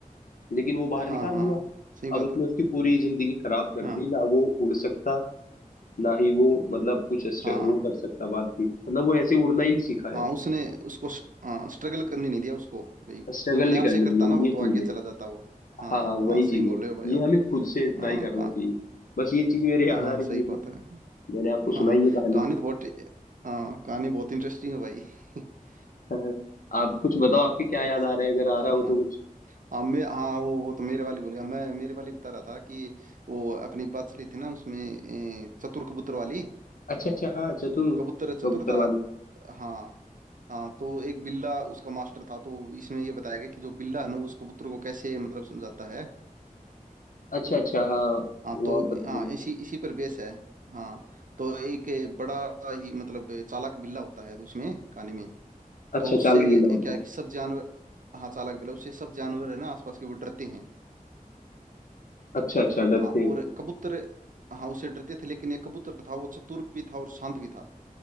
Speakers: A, on the left; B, on the right.
A: लेकिन वो बाहर
B: हाँ
A: निकाल
B: हाँ
A: दिया
B: सही बात
A: अब उसने
B: है
A: उसकी पूरी जिंदगी खराब
B: हाँ
A: कर दी ना वो उड़ सकता ना ही वो मतलब कुछ अस्ट-
B: हाँ
A: वो
B: हाँ
A: कर सकता बात की मतलब वो ऐसे उड़ना ही नहीं सीखा
B: हाँ,
A: है
B: उसने उसको स्ट्रगल करने नहीं दिया उसको भाई
A: स्ट्रगल
B: अपने
A: नहीं
B: आप
A: करने
B: से करता
A: दिया
B: ना वो
A: ये
B: तो
A: चीज
B: आगे
A: है
B: चला जाता वो हाँ
A: हाँ हाँ वही
B: हाँ सही
A: चीज
B: बोल
A: है
B: रहे हो भाई
A: ये
B: आप
A: हमें खुद से ट्राई
B: हाँ
A: करना
B: कान
A: चाहिए बस ये चीज मेरे याद
B: हाँ
A: आ रही
B: सही
A: थी
B: बात है
A: मैंने आपको
B: हाँ
A: सुनाई
B: हाँ
A: ये कहानी
B: कहानी तो बहुत हाँ कहानी बहुत इंटरेस्टिंग है भाई <laughs>
A: <laughs> आप कुछ बताओ आपके क्या
B: अच्छा
A: याद आ रहा है अगर आ रहा हो
B: हाँ
A: तो कुछ
B: हाँ मैं हाँ वो वो तो मेरे वाली बोल गया मैं मेरे वाली बता रहा था कि वो अपनी बात चली थी ना उसमें ए, चतुर कबूतर वाली
A: अच्छा अच्छा हाँ चतुर
B: कबूतर चतुर
A: कबूतर
B: था
A: वाली
B: हाँ हाँ तो एक बिल्ला उसका मास्टर था तो इसमें ये बताया गया कि जो बिल्ला है ना वो उस कबूतर को कैसे मतलब समझाता है
A: अच्छा अच्छा हाँ
B: हाँ
A: वो
B: तो
A: आप बता
B: हाँ
A: रहे थे
B: इसी इसी पर बेस है हाँ तो एक बड़ा ही मतलब चालाक बिल्ला होता है तो उसमें कहानी में
A: अच्छा
B: तो उससे
A: चालाक बिल्ला होता
B: क्या
A: है
B: है कि सब जानवर हाँ चालाक बिल्ला उससे सब जानवर है ना आसपास के वो डरते हैं
A: अच्छा अच्छा डरते
B: हाँ और
A: हैं उससे।
B: कबूतर हाँ उससे डरते थे लेकिन ये कबूतर था वो चतुर भी था और शांत भी था